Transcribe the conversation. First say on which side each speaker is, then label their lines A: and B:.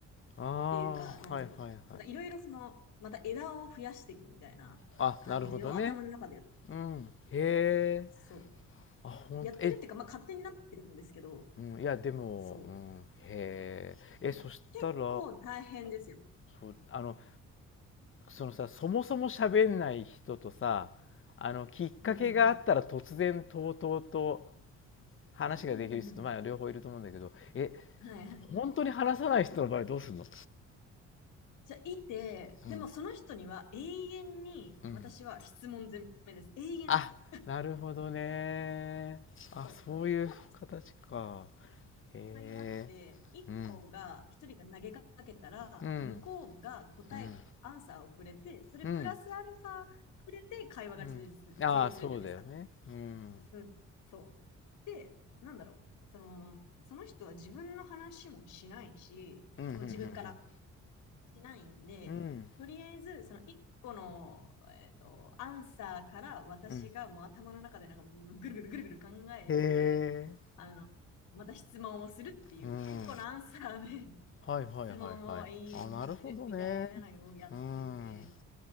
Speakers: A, on the left; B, on the left.
A: ああ、
B: っていうか、
A: はいはいはい。
B: なんていうのかな、なんかいろいろその、また枝を増やしていくみたいな感じを頭の中でやってる。
A: あ、なるほどね。うん。へえ。
B: そ
A: あ、ほんと、
B: う。やってるっていうか、
A: え、
B: まあ勝手になってるんですけど、
A: うん、いや、でも、
B: そう。
A: うん、へえ。え、
B: え結
A: そしたら、
B: 構大変ですよ。
A: そうあのそのさそもそも喋んない人とさあのきっかけがあったら突然とうとうと
B: うんうんうん。
A: 話ができる人とまあ両方いると思うんだけどえ
B: うんうんうん。はいはいはい。
A: 本当に話さない人の場合どうするの
B: じゃあ、いて、
A: うん
B: でもその人には永遠に私は質問攻めです。
A: うん
B: 永遠です。
A: あなるほどねあそういう形か
B: そう。ほん
A: へえ
B: 会話って、一方が、
A: うん
B: 一人が投げかけたら、
A: うん
B: 向こうが答え、
A: うん
B: アンサーをくれて、それプラスアルファくれて会話が成立、
A: うんうんああそうだよねうん
B: 成立するじゃないですか。うん。そう。で、なんだろう。その、その人は自分の話もしないし、
A: うんうん
B: あの自分から。しないんで、
A: うんうん
B: とりあえず、その1個の、えっと、アンサーから私がもう頭の中でなんかぐるぐるぐるぐる考えて、
A: うんへえ
B: あの、また質問をするっていう、
A: うん
B: 1個のアンサーで <laughs>
A: はいはいはいはい。
B: 質問を永遠にするみたいなのをやってて、
A: あ、なるほどね。うん。